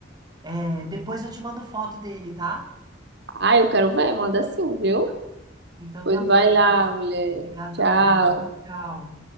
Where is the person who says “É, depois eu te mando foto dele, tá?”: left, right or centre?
Right